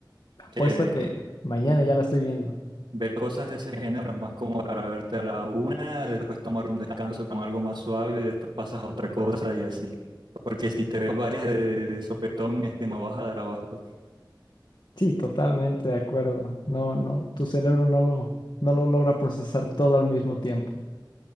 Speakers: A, on the left (about 70°); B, on the right (about 80°).
A: apuesto
B: Sí, es
A: que mañana ya la estoy viendo.
B: Ver cosas de ese género es más como para verte a la una, después tomar un descanso con algo más suave y después pasas a otra cosa y así. Porque si te ves varias de, de sopetón es que no vas a dar abasto.
A: Sí, totalmente de acuerdo. No, no, tu cerebro no lo, no lo logra procesar todo al mismo tiempo.